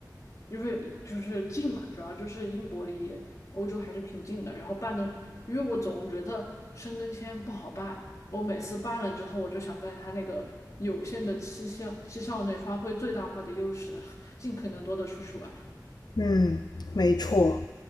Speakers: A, on the left; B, on the left.
A: 因为就是近嘛，主要就是英国离欧洲还是挺近的。然后办个，因为我总觉得申根签不好办，我每次办了之后，我就想在它那个有限的期限期效内发挥最大化的优势，<laughs> 尽可能多的出去玩。
B: 嗯，没错。